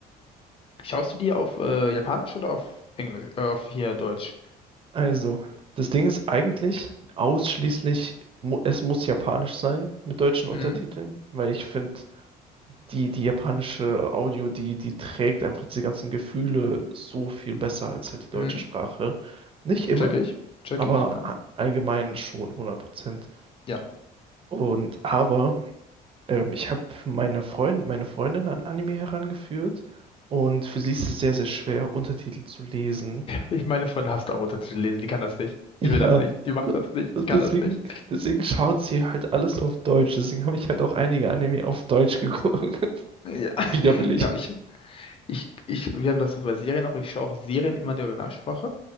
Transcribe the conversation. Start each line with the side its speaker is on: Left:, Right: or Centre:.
Left: Schaust du die auf äh, Japanisch oder auf Englisch? Äh, auf hier Deutsch?
Right: Also, das Ding ist eigentlich ausschließlich, mu- es muss japanisch sein mit deutschen Untertiteln,
Left: Mhm.
Right: weil ich finde, die, die japanische Audio, die, die trägt einfach diese ganzen Gefühle so viel besser als halt die deutsche
Left: Mhm.
Right: Sprache. Nicht immer,
Left: Check ich. Check
Right: aber
Left: ich, ja.
Right: a- allgemein schon hundert Prozent
Left: Ja.
Right: Und aber ähm, ich habe meine Freund, meine Freundin an Anime herangeführt und für sie ist es sehr, sehr schwer, Untertitel zu lesen.
Left: Ich meine Freundin hasst auch Untertitel lesen. Die kann das nicht.
Right: Ja.
Left: Die will das nicht. Die macht das nicht.
Right: Und
Left: Die kann
Right: deswegen,
Left: das nicht.
Right: deswegen schaut sie halt alles auf Deutsch. Deswegen habe ich halt auch einige Anime auf Deutsch geguckt. <laughs>
Left: Ja, <laughs>
Right: Widerwillig.
Left: genau. Ich, ich, ich, wir haben das über Serien auch. Ich schaue auch Serien immer in der Originalsprache.